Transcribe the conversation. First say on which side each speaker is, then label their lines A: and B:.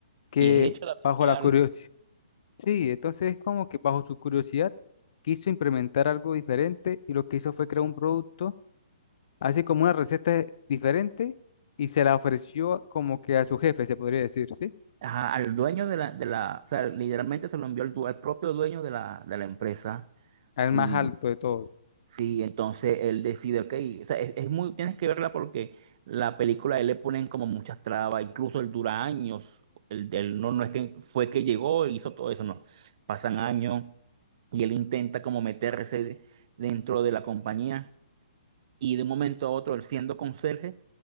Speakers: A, on the left; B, on the right.
A: que
B: Y es hecho de la vida
A: bajo
B: real.
A: la curiosidad, sí, entonces es como que bajo su curiosidad quiso implementar algo diferente y lo que hizo fue crear un producto, así como una receta diferente y se la ofreció como que a su jefe, se podría decir, ¿sí?
B: Ajá, al dueño de la, de la, o sea, literalmente se lo envió al, du- al propio dueño de la, de la empresa.
A: Al
B: Y
A: más alto de todos.
B: sí, entonces él decide, ok, o sea, es, es muy, tienes que verla porque la película a él le ponen como muchas trabas, incluso él dura años, él, él no, no es que fue que llegó e hizo todo eso, no, pasan años y él intenta como meterse dentro de la compañía y de un momento a otro, él siendo conserje,